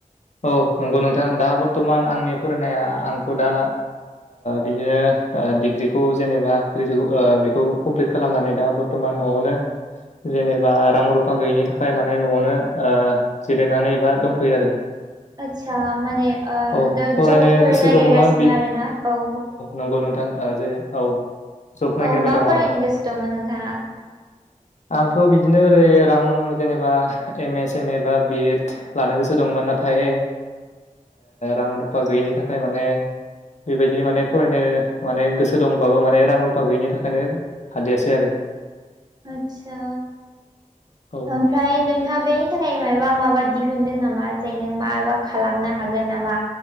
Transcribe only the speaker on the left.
औ नंगौ नोंथां दा बर्थमान आंनि फरायनाया आंथ' दा बिदिनो डिग्रिखौ जेनेबा ग्रेजुवे बेखौ कमप्लिट खालामनानै दा बरथ'मान न'आवनो जेनेबा रां रुफा गैयिनि थाखाय माने न'आवनो जिरायनानै एबा दंथ'यो आरो
औ फरायनो
गोसो
दङमोन बि
नंगौ नोंथां जेरै औ जब नागिरबाय
दं
आरो
आंथ' बिदिनो ओरै रां जेनेबा एम एसम ए, बा बिएड लानो गोसो दंमोन नाथाय रां रुफा गैयिनि थाखाय माने बेबायदि माने फरायनो माने गोसो दंबाबो माने रां रुफा गैयिनि थाखायनो हादियासै आरो
औ